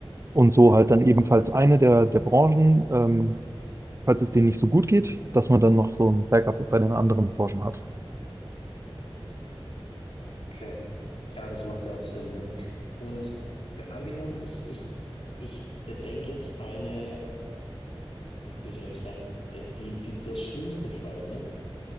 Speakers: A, on the right (about 30°); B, on the left (about 80°).
A: Und so halt dann ebenfalls eine der, der Branchen, ähm, falls es denen nicht so gut geht, dass man dann noch so ein Backup bei den anderen Branchen hat.
B: okay. Klar, das macht ja auch Sinn, ne? Und w- angenommen, ich, ich, ich bedenke jetzt eine, wie soll ich sagen, die, die, die, der schlimmste Fall, ne?